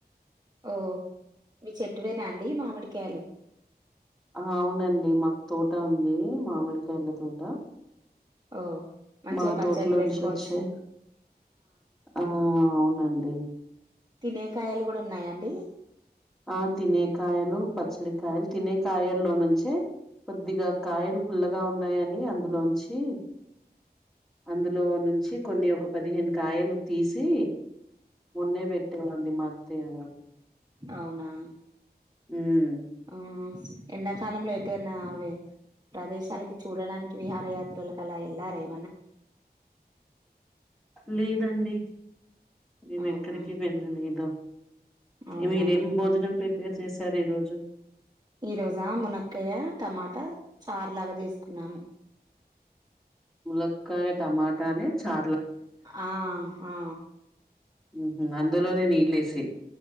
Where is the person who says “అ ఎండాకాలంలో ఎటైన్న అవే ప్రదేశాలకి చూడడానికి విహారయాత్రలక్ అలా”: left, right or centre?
Right